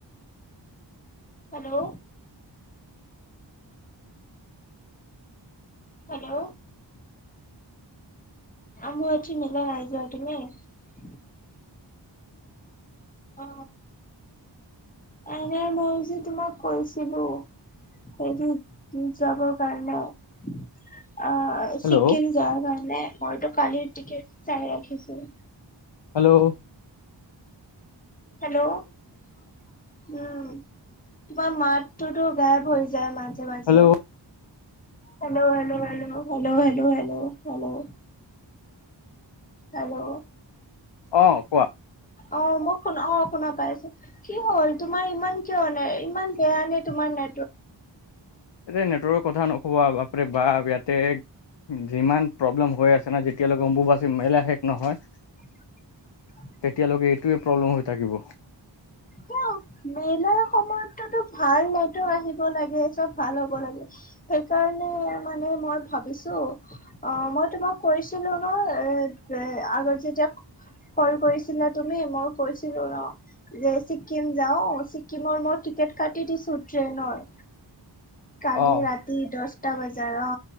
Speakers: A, on the left (about 20°); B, on the left (about 70°).
A: hello hello Ambubachi মেলা ৰাইজোৱা তুমি? <unintelligible> অ এনে মই যে তোমাক কৈছিলো সটো যাবৰ কাৰণে অ
B: হেল্ল'
A: ছিকি'ম যোৱাৰ কাৰণে মইতো কালিৰ টিকেট চাই ৰাখিছোঁ।
B: হেল্ল'?
A: হেল্ল' উম তোমাৰ মাতটোতো গাইপ হয় যায় মাজে মাজে।
B: Hello
A: hello hello hello hello hello hello hello hello
B: অ কোৱা।
A: অ মোক শুনা অ শুনা পাই, কি হ'ল তোমাৰ ইমান কিয় ন ইমান বেয়া নে তোমাৰ ন <inaudible>
B: নেটৱৰ্কৰ কথা নক'বা বাপৰে বাপ ইয়াতে যিমান প্ৰব্লেম হৈ আছে না যেতিয়ালৈকে অম্বুবাচী মেলা শেষ নহয়
A: <inaudible>
B: তেতিয়ালৈকে এইটোয়ে প্ৰব্লেম হৈ থাকিব।
A: ক মেলা সময়টোতো ভাল নেটৱৰ্কৰ আহিব লাগে, চব ভাল হ'ব লাগে সেইকাৰণে মানে মই ভাবিছোঁ অ মই তোমাক কৰিছিলো ন এ আগত যেতিয়া কল কৰিছিলা তুমি মই কৈছিলো ন যে ছিক্কিম যাওঁ, ছিক্কিমৰ মই টিকেট কাটি দিছোঁ ট্ৰেইনৰ কালি
B: অ
A: ৰাতি দহটা বজাৰ অ